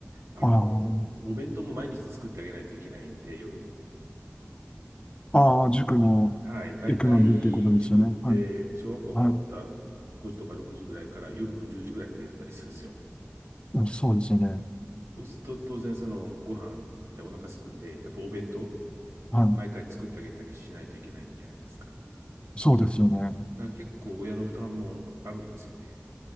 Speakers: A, on the right; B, on the left.
A: あの、
B: ああ、
A: お弁当も毎日作ってあげないといけないんで、夜の。
B: ああ、塾の
A: はい。だいたい塾って、
B: 行くのにっていうことですよね。はい。
A: 小学校終わった5時とか6時ぐらいから夜の10時ぐらいまでやったりするんですよ。
B: はい。うんそうですよね。
A: そうすると、当然そのご飯でお腹すくんで、やっぱお弁当、
B: はい。
A: 毎回作ってあげたりしないといけないじゃないですか。だか
B: そうですよね。
A: ら結構親の負担もあるんですよね。